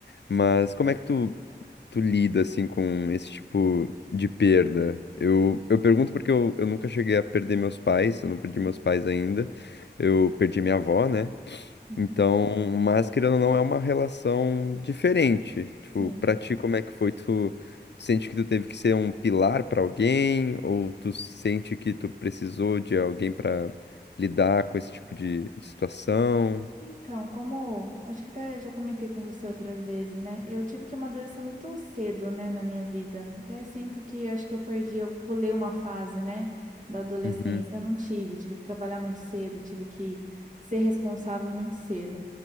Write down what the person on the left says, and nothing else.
Mas como é que tu tu lida assim com esse tipo de perda? Eu, eu pergunto porque eu, eu nunca cheguei a perder meus pais, eu não perdi meus
pais ainda. Eu perdi minha avó, né?
Então, mas querendo ou não, é uma relação diferente.
Tipo, pra ti, como é que foi? Tu, tu sente que tu teve que ser um pilar pra alguém? Ou tu sente que tu precisou de alguém pra lidar com esse tipo de, de situação?
Uhum.